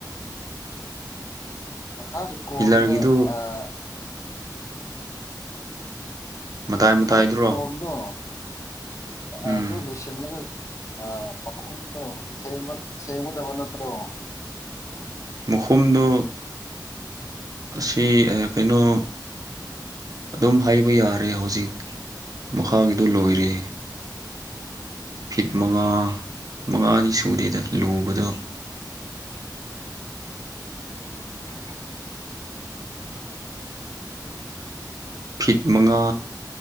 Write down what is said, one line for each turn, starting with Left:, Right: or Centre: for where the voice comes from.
Left: ꯃꯈꯥꯒꯤ ꯀꯣꯝꯗꯣ
Right: ꯄꯤꯂꯔꯒꯤꯗꯨ
Left: ꯑꯥ꯫
Right: ꯃꯇꯥꯏ
Left: ꯃꯈꯥꯒꯤ
Right: ꯃꯇꯥꯏꯗꯨꯔꯣ
Left: ꯀꯣꯝꯗꯣ꯫
Right: ꯎꯝ
Left: ꯑꯗꯨ ꯂꯣꯏꯁꯤꯜꯂꯒ ꯑ ꯃꯈꯣꯡꯗꯣ ꯁꯦꯝꯕ꯫ ꯁꯦꯝꯒꯗꯕ ꯅꯠꯇꯔꯣ꯫
Right: ꯃꯈꯨꯝꯗꯣ ꯑꯁꯤ ꯑ ꯀꯩꯅꯣ꯫ ꯑꯗꯨꯝ ꯍꯩꯕ ꯌꯥꯔꯦ ꯍꯧꯖꯤꯛ ꯃꯈꯥꯒꯤꯗꯨ ꯂꯣꯏꯔꯦ꯫ ꯐꯤꯠ ꯃꯉꯥ ꯃꯉꯥꯗꯤ ꯁꯨꯗꯦꯗ ꯂꯨꯕꯗꯣ꯫
Left: <inaudible>
Right: ꯐꯤꯠ ꯃꯉꯥ꯫